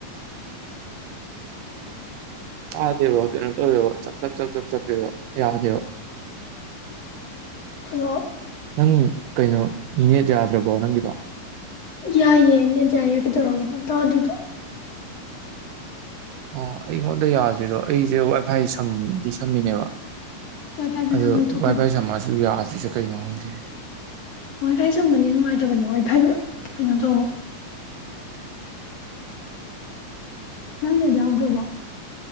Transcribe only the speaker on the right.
ꯇꯥꯗꯦꯕ ꯀꯩꯅꯣ ꯇꯧꯋꯦꯕ ꯆꯞ ꯆꯞ ꯆꯞ ꯆꯞꯄꯦꯕ ꯌꯥꯗꯦꯕꯥ
ꯅꯪ ꯀꯩꯅꯣ ꯅꯦꯠ ꯌꯥꯗ꯭ꯔꯕꯣ ꯅꯪꯒꯤꯗꯣ
ꯑꯣ ꯑꯩꯉꯣꯟꯗ ꯌꯥꯗ꯭ꯔꯣ ꯑꯩꯁꯦ ꯋꯥꯏꯐꯥꯏ ꯁꯝꯗꯤ ꯁꯝꯃꯤꯅꯦꯕ
ꯑꯗ
ꯋꯥꯏ ꯄꯥꯏ ꯁꯃꯁꯨ ꯌꯥꯗ꯭ꯔꯤꯁꯨ ꯀꯩꯅꯣ ꯈꯪꯗꯦꯅꯦ